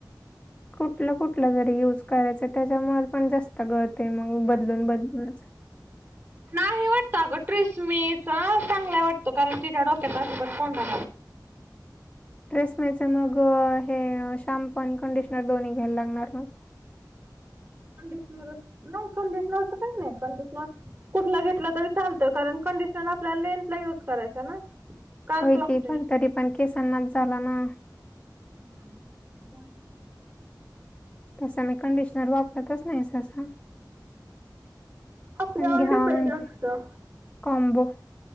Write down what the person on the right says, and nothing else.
नाही वाटतं अगं ट्रिसमीच चांगलाय वाटतं कारण तिच्या डोक्यात अजबर फन रा
कंडिशनर, नाही कंडिशनरच, काही नाही. कंडिशनर कुठला घेतलं तरी चालतं. कारण कंडिशन आपल्या लेंथला युज करायचा ना. स्काल्पला
कुठे
हम. <unintelligible>
आपल्यावर
डिपेंड
असतं